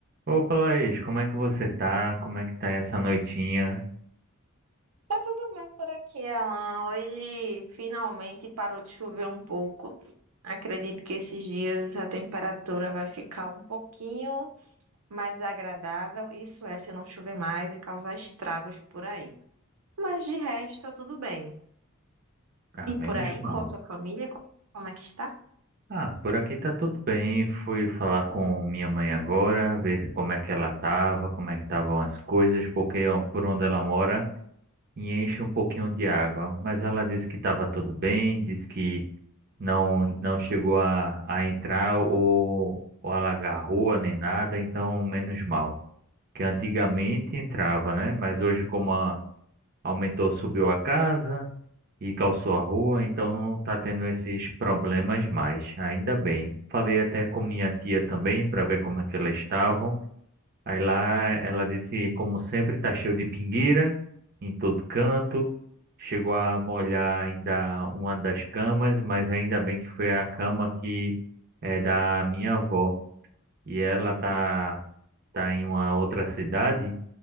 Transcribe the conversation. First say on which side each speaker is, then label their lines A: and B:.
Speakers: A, on the right; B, on the right.
A: Opa, Laís, como é que você tá? Como é que tá essa noitinha?
B: Tá tudo bem por aqui, Alan. Hoje finalmente parou de chover um pouco. Acredito que esses dias a temperatura vai ficar um pouquinho mais agradável. Isso é, se não chover mais e causar estragos por aí. Mas de resto, tá tudo bem.
A: Ah,
B: E
A: menos
B: por aí,
A: mal.
B: com a sua família, co- como é que está?
A: Ah, por aqui tá tudo bem. Fui falar com minha mãe agora, ver como é que ela tava, como é que estavam as coisas, porque ó, por onde ela mora enche um pouquinho de água. Mas ela disse que tava tudo bem, disse que não não chegou a, a entrar ou, ou alagar a rua nem nada, então menos mal. Que antigamente entrava, né? Mas hoje como a aumentou, subiu a casa e calçou a rua, então não tá tendo esses problemas mais. Ainda bem. Falei até com minha tia também para ver como é que elas estavam. Aí lá ela disse, como sempre, tá cheio de pingueira em todo canto. Chegou a molhar ainda uma das camas, mas ainda bem que foi a cama que é da minha avó. E ela tá tá em uma outra cidade